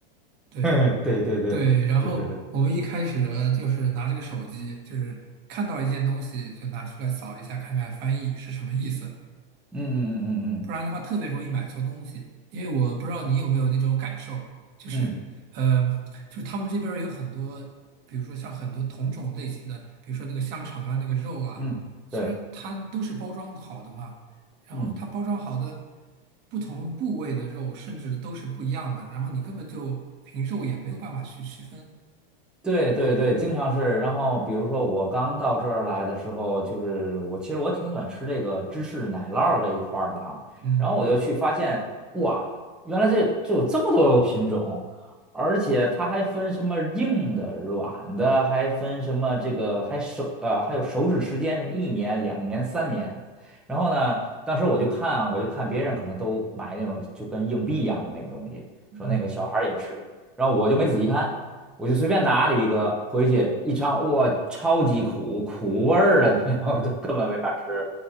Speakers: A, on the right; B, in the centre.
A: 对。
B: <laughs> 对对对，
A: 对，然后我们一开始吧，
B: 是是是，
A: 就是拿这个手机，就是看到一件东西就拿出来扫一下，看看翻译是什么意思，
B: 嗯嗯嗯
A: 不然的话特别容易买错东西。因为我不知道你有没有那种感受，就是，
B: 嗯嗯
A: 呃，就是他们这边儿有很多，比如说像很多同种类型的，比如说那个香肠啊，那个肉啊，
B: 嗯嗯，
A: 其实它都是包装好的嘛，
B: 对，
A: 然后它包装好的
B: 嗯。
A: 不同部位的肉，甚至都是不一样的，然后你根本就凭肉眼没有办法去区分。
B: 对对对，经常是。然后比如说我刚到这儿来的时候，就是我其实我挺喜欢吃这个芝士奶酪儿这一块儿的哈。
A: 嗯。
B: 然后我就去发现，哇，原来这这有这么多个品种，而且它还分什么硬的、软的，还分什么这个还手呃还有手指时间，什么一年、两年、三年。然后呢，当时我就看啊，我就看别人可能都买那种就跟硬币一样的那个东西，
A: 嗯，
B: 说那个小孩儿也吃，然后我就没仔细看。我就随便拿了一个回去一尝，哇，超级苦，苦味儿的，你知道吗？<laughs> 都根本没法吃。